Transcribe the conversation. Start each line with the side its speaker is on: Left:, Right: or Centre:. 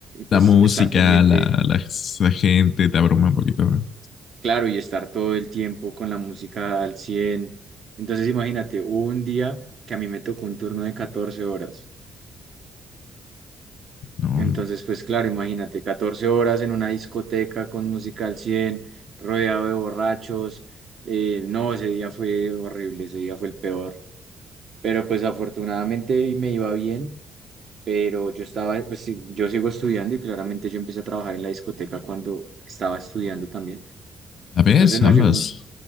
Left: La
Right: pues
Left: música,
Right: estar pendiente,
Left: la, la, la gente te abruma un poquito. No,
Right: claro, y estar todo el tiempo con la música al cien Entonces, imagínate, hubo un día que a mí me tocó un turno de 14 horas.
Left: No,
Right: Entonces,
Left: hombre.
Right: pues claro, imagínate, 14 horas en una discoteca con música al 100 rodeado de borrachos. Eh, no, ese día fue horrible, ese día fue el peor. Pero pues afortunadamente me iba bien pero yo estaba, pues, sí, yo sigo estudiando y claramente yo empecé a trabajar en la discoteca cuando estaba estudiando también.
Left: ¿La
Right: Entonces
Left: ves?
Right: no
Left: Ambas.
Right: llegó un,